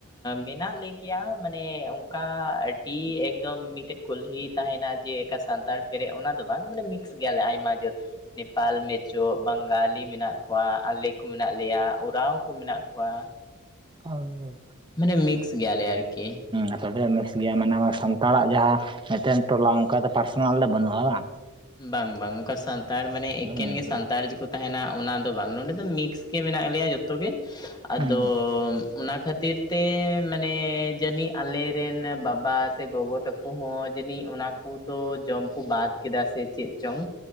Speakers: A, on the left (about 20°); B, on the right (about 20°).
A: ᱢᱮᱱᱟᱜ ᱞᱮ ᱜᱮᱭᱟ ᱢᱟᱱᱮ ᱚᱠᱟ ᱟᱹᱰᱤ ᱮᱠᱫᱚᱢ ᱢᱤᱫᱴᱮᱱ ᱠᱩᱞᱦᱤ ᱛᱟᱦᱮᱱᱟ ᱡᱮ ᱮᱠᱟ ᱥᱟᱱᱛᱟᱲ ᱯᱮᱨᱮᱡ ᱚᱱᱟ ᱫᱚ ᱵᱟᱝ ᱢᱟᱱᱮ ᱢᱤᱫᱼᱼ ᱢᱤᱠᱥ ᱜᱮᱭᱟᱞᱮ ᱟᱭᱢᱟ ᱡᱟᱹᱛ ᱱᱮᱯᱟᱞ ᱢᱮᱡᱳ ᱵᱟᱝᱜᱟᱞᱤᱼᱼ ᱢᱮᱱᱟᱜ ᱠᱚᱣᱟ ᱟᱞᱮ ᱠᱚ ᱢᱮᱱᱟᱜ ᱞᱮᱭᱟ ᱳᱨᱟᱣ ᱠᱚ ᱢᱮᱱᱟᱜ ᱠᱚᱣᱟ᱾
B: ᱦᱳᱭ ᱦᱳᱭ
A: ᱢᱟᱱᱮ ᱢᱤᱠᱥ ᱜᱮᱭᱟᱞᱮ ᱟᱨᱠᱤ᱾
B: ᱟᱯᱮ ᱫᱚᱯᱮ ᱢᱤᱠᱥ ᱜᱮᱭᱟ ᱢᱟᱱᱮ ᱥᱟᱱᱛᱟᱲᱟᱜ ᱡᱟᱦᱟᱸ ᱢᱤᱫᱴᱮᱱ ᱴᱚᱞᱟ ᱚᱱᱠᱟ ᱫᱚ ᱯᱟᱨᱥᱚᱱᱟᱞ ᱫᱚ ᱵᱟᱹᱱᱩᱜᱼᱟ ᱵᱟᱝ?
A: ᱵᱟᱝ ᱵᱟᱝ ᱚᱱᱠᱟ ᱥᱟᱱᱛᱟᱲ ᱢᱟᱱᱮ
B: ᱦᱩᱸ
A: ᱮᱠᱮᱱ ᱜᱮ ᱥᱟᱱᱛᱟᱲ ᱡᱮᱠᱚᱼᱼ ᱛᱟᱦᱮᱱᱟ ᱚᱱᱟᱫᱚ ᱵᱟᱝ ᱱᱚᱰᱮᱫᱚ ᱫᱚ ᱢᱤᱠᱥ ᱜᱮ ᱢᱮᱱᱟᱜ ᱞᱮᱭᱟ ᱡᱷᱚᱛᱚᱜᱮ
B: ᱦᱩᱸ
A: ᱟᱫᱚᱼᱼ ᱚᱱᱟ ᱠᱷᱟᱹᱛᱤᱨ ᱛᱮ ᱢᱟᱱᱮ ᱡᱟᱹᱱᱤᱡ ᱟᱞᱮᱨᱮᱱ ᱵᱟᱵᱟ ᱥᱮ ᱜᱚᱜᱚ ᱛᱟᱠᱚᱼᱼ ᱠᱩᱦᱚᱸ ᱡᱟᱹᱱᱤᱡ ᱚᱱᱟ ᱠᱚᱫᱚ ᱡᱚᱢ ᱠᱚ ᱵᱟᱫᱽ ᱠᱮᱫᱟ ᱥᱮᱼᱼ ᱥᱮ ᱪᱮᱫ ᱪᱚᱝ?